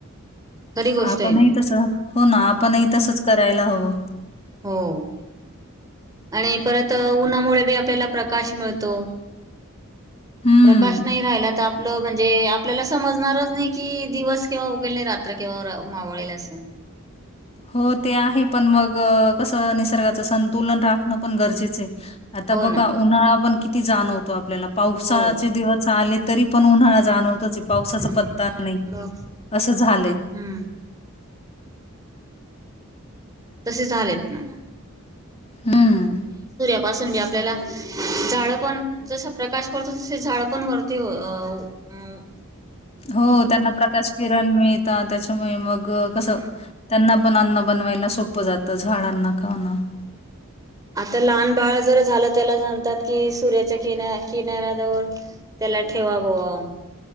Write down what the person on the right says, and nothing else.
खरी गोष्ट
आहे
ना
हम्म <inaudible> आणि परत तर उन्हामुळे बी आपल्याला प्रकाश मिळतो
प्रकाश नाही राहिला तर आपलं म्हणजे आपल्याला समजणारच नाही कि दिवस किंवा उगेल नाही रात्र किंवा मावळेल असं
हो
ना
हो
हम्म
मग
हम्म <inaudible> तसे चालेत ना
ूनी आपल्याला झाड पण जस प्रकाश पडतो तस झाड पण वरती अ उम
हम्म
आता लहान बाळ जर झालं त्याला सणतात कि सूर्याच्या किन किनाऱ्याजवळ त्याला ठेवा बोवा